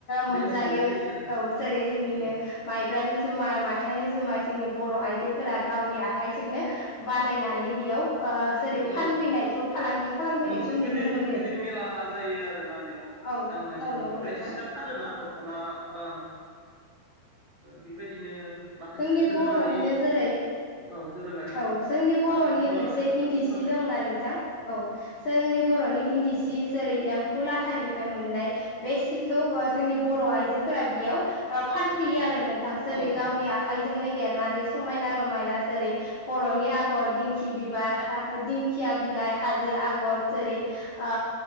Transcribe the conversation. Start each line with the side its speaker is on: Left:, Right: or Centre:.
Left: मोनजायो
Right: बेयाव मोननाय जायो आरोना
Left: औ जेरै जोंनिनो
Right: नालाय
Left: माइब्रानि जुमाइ मा- थानि जुमाय जोंनि बर' आइजोफोरा गावनि आखाइजोंनो बानायनानै बेयाव ओ जेरै
Right: बेयाव
Left: फानफैनायखौ फालांगि खालामफैनायखौ
Right: मोनसे
Left: नुनो
Right: गिदिर
Left: मोनो
Right: गिदिर मेला जायो आरोना बेयाव
Left: औ
Right: गाननाय
Left: औ
Right: जोमनाय
Left: नंगौ
Right: बायदिसिना
Left: नोंथां
Right: फानोना? दख'ना बा बेबायदिनो माखासे
Left: जोंनि
Right: दोरोङारि
Left: बर'निनो जेरै
Right: औ दोरोङारि
Left: औ जोंनि
Right: मा
Left: बर'नि
Right: होनो इखो मुवा
Left: मोनसे
Right: बेसादफोरखौ
Left: इन्दि सि
Right: फानो
Left: दंना नोंथां औ जोंनि बर' बर'नि इन्दि सि जेरै एम्फौ लाथानिफ्राय मोननाय बे सिखौ
Right: उम
Left: जोंनि बर' आइजोफोरा बेयाव ओ फानफैयो
Right: उम
Left: आरो नोंथां जेरै
Right: औ उम
Left: गावनि आखाय जोंनो गेरनानै समायना रमायना जेरै बर'नि आगर दिंखि बिबार हा दिंखिया बिलाइ हाजो आग गर जेरै ओ